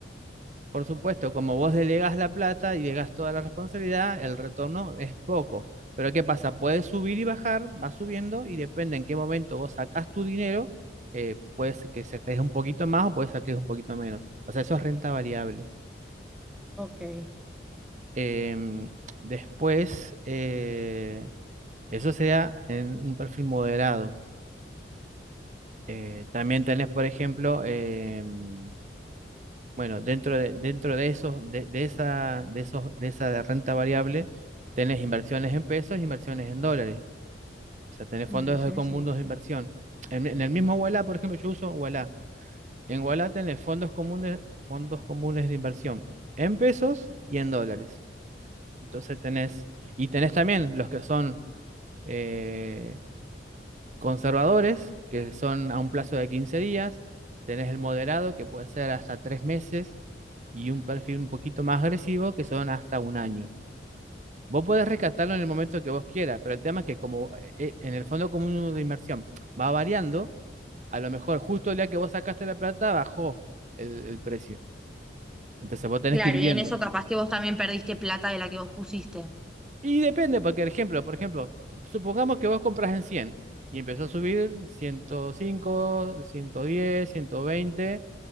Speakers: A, on the right; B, in the centre.
A: Por supuesto, como vos delegás la plata y delegás toda la responsabilidad, el retorno es poco. Pero ¿qué pasa? Puedes subir y bajar, va subiendo y depende en qué momento vos sacás tu dinero, eh, puede ser que saques un poquito más o puede ser que saques un poquito menos. O sea, eso es renta variable.
B: Ok.
A: Em, después, eh, eso sería en un perfil moderado. Eh, también tenés, por ejemplo, em, Bueno, dentro de, dentro de esos, de, de esa, de esos, de esa renta variable, tenés inversiones en pesos, inversiones en dólares. O sea, tenés fondos
B: Inversiones
A: de comunes
B: en...
A: de inversión. En, en el mismo Ualá, por ejemplo, yo uso Ualá. En Ualá tenés fondos comunes, fondos comunes de inversión en pesos y en dólares. Entonces tenés, y tenés también los que son eh, conservadores, que son a un plazo de 15 días, tenés el moderado, que puede ser hasta 3 meses, y un perfil un poquito más agresivo, que son hasta un año. Vos podés rescatarlo en el momento que vos quieras, pero el tema es que como eh, eh, en el fondo común de inversión va variando, a lo mejor justo el día que vos sacaste la plata bajó el, el precio. Entonces vos tenés
B: Claro,
A: que ir viendo.
B: y en eso capaz que vos también perdiste plata de la que vos pusiste.
A: Y depende, porque el ejemplo, por ejemplo, supongamos que vos compras en 100 y empezó a subir ciento ciento cinco ciento diez ciento veinte